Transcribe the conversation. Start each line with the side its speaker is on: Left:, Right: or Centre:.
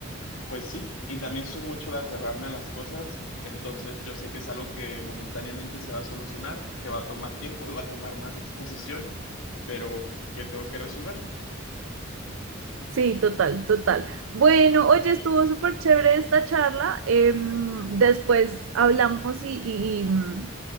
Left: Pues sí, y también soy mucho de aferrarme a las cosas, entonces yo sé que es algo que momentáneamente se va a solucionar, que va a tomar tiempo y va a tomar más exposición, pero que tengo que resolverlo.
Right: Sí, total, total. Bueno, oye, estuvo súper chévere esta charla. em, después hablamos y, y, y, mm,